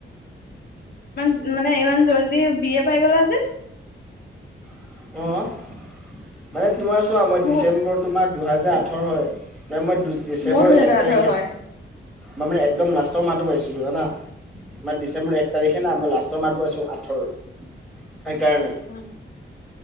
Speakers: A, on the left; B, in the centre.
A: ইমান মানে ইমান জল্দি বিয় পাই গ'লা যে?
B: অ' মানে তোমাৰ চোৱা, মই
A: মোৰ
B: ডিচেম্বৰ তোমাৰ দুহেজাৰ আঠৰ হয় ন মই ডিচেম্বৰ
A: মোৰ দুহেজাৰ
B: এক তাৰিখে,
A: ওঠৰ হয়।
B: মানে একদম না লাষ্টৰ মাহটো পাইছো জানা, আমাৰ ডিচেম্বৰ এক তাৰিখে না মই লাষ্টৰ মাহটো আছো আঠৰ সেইকাৰণে।
A: মোৰ